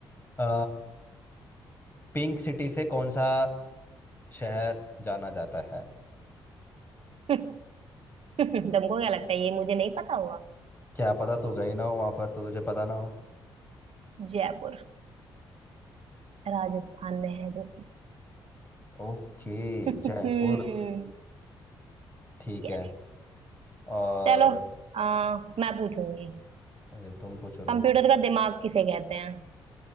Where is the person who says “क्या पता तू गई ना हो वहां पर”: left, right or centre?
Left